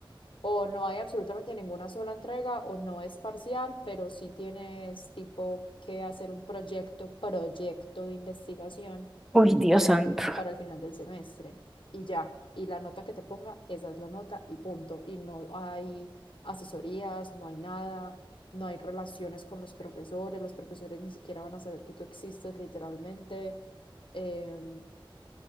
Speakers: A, on the left; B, in the centre.
A: o no hay absolutamente ninguna sola entrega o no es parcial, pero sí tienes tipo que hacer un proyecto, proyecto de investigación
B: Uy, Dios
A: eh,
B: santo.
A: para el final del semestre y ya. Y la nota que te ponga, esa es la nota y punto. Y no hay asesorías, no hay nada, no hay relaciones con los profesores, los profesores ni siquiera van a saber que tú existes literalmente. Em,